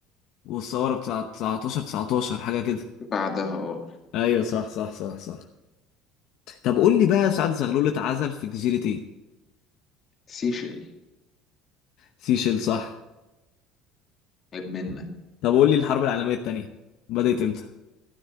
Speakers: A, on the left; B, on the left.
A: والثوره بتاع 19 19 حاجه كده
B: بعدها اه
A: ايوه صح صح صح صح طب قول لي بقى سعد الزغلول اتعزل في جزيره ايه
B: سيشل
A: سيشيل صح
B: عيب منك
A: طب قول لي الحرب العالميه الثانيه بدأت امتى